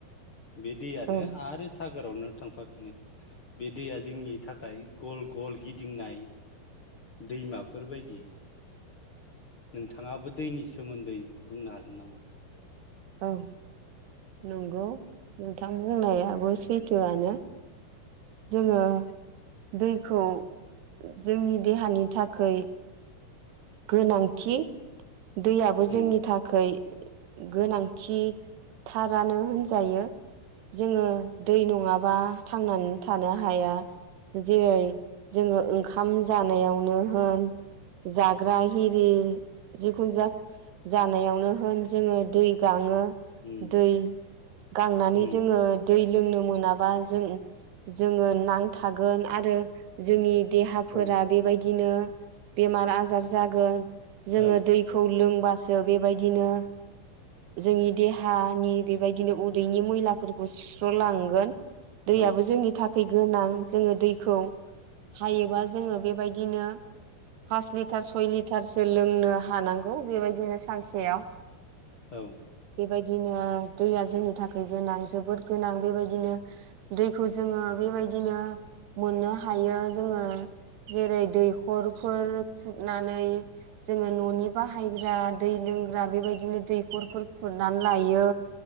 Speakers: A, on the left; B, on the right.
A: बे दैयानो
B: औ
A: आरो सागोर। गावनो थांफाफिनो बे दैया जोंनि थाखाय गल गल गिदिंनाय दैमाफोरबायदि। नोंथाङाबो दैनि सोमोन्दै बुंनो हागोन नामा?
B: औ नंगौ नोंथाङ बुंनायाबो सैथोआनो। जोङो दैखौ जोंनि देहानि थाखोय। गोनांथि। दैयाबो
A: उम
B: जोंनि थाखोय। गोनांथिथारानो होनजायो जोङो दै नङाबा थांनानै थानो हाया जेरै जोङो ओंखाम जानायावनो होन जा। <inaudible> हिरि जिखुन जाग। जानायावनो होन जोङो दै गाङो।
A: उम
B: दै गांनानै
A: उम
B: जोङो दै। लोंनो मोनाबा जों जोङो नांथागोन आरो जोंनि। देहाफोरा
A: उम
B: बेबायदिनो। बेमार आजारज। जागोन। जोङो
A: औ
B: दैखौ लों। बासो बेबायदिनो जोंनि देहानि बेबायदिनो उदैनि मैलाफोरखौ सुस्र'लांगोन। दैआबो
A: औ
B: जोंनि था। थै गोनां जोङो दैखौ हायोबा जोङो बेबायदिनो फासलि। टार सय लिटारसो लोंनो हानांगौ बेबायदिनो सानसेयाव।
A: औ।
B: बेबायदिनो दैया जोंनि थाखाय गोनां जोबोद गोनां बेबायदिनो दैखौ जोङो बेबायदिनो मोननो हायो जोङो जेरै दैखरफोर। खुरनानै जोङो न'नि बाहायग्रा दै लोंग्रा बेबायदिनो दैखरफोर खुरनानै लायो।